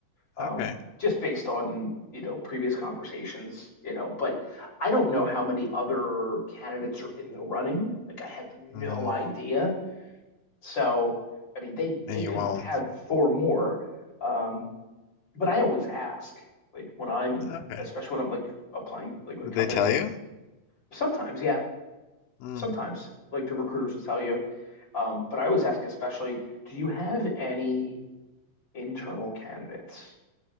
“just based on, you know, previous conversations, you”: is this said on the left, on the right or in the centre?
Left